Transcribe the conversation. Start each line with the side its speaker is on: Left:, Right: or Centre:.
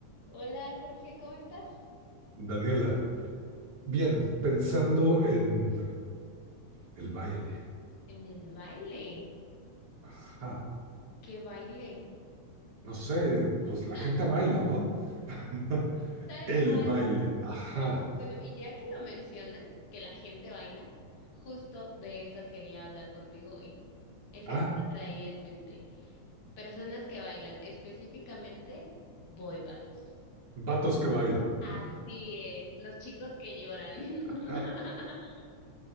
Left: Hola Jorge, ¿cómo estás?
Right: Daniela, bien, pensando en el baile.
Left: En el baile.
Right: Ajá.
Left: ¿Qué baile?
Right: No sé, pues la
Left: <laughs>
Right: gente baila, ¿no? <laughs>
Left: Tal
Right: El
Left: cual.
Right: baile. Ajá.
Left: Bueno, y ya que lo mencionas, que la gente baila, justo de eso quería hablar contigo hoy. Ese
Right: Ah,
Left: tema traía en mente. Personas que bailan, específicamente boy bands.
Right: vatos que bailan.
Left: Así es. Los chicos que lloran. <laughs>
Right: <laughs>